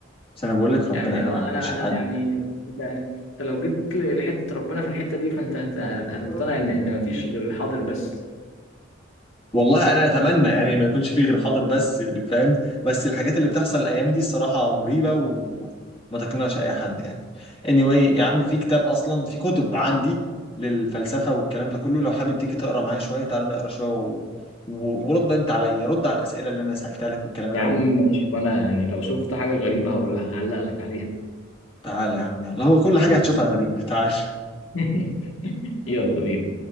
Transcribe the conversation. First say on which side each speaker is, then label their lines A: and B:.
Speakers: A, on the left; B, on the left.
A: بس انا بقول لك
B: يعني
A: ربنا قادر
B: اه
A: على كل
B: انا
A: شيء
B: انا يعني انت انت لو جيت ل- لحته ربنا في الحته دي فانت هت- هتقتنع
A: عادي
B: ان ان مفيش غير الحاضر بس
A: والله انا اتمنى يعني ما يكونش فيه غير حاضر بس يعني فاهم بس الحاجات اللي بتحصل الايام دي الصراحه مريبه وما تقنعش اي حد يعني anyway يا عم في كتاب اصلا في كتب عندي للفلسفه والكلام ده كله لو حابب تيجي تقرا معايا شويه تعالى نقرا شويه و... و... ورد انت عليا رد على الاسئله اللي انا سالتها لك والكلام اللي
B: يا عم
A: انا قلته
B: ماشي وانا يعني لو شفت حاجه غريبه هقول لها هعلق لك عليها
A: تعالى يا عم يلا هو كل حاجه
B: يلا
A: هتشوفها غريبه تعالى
B: <laughs> يلا بينا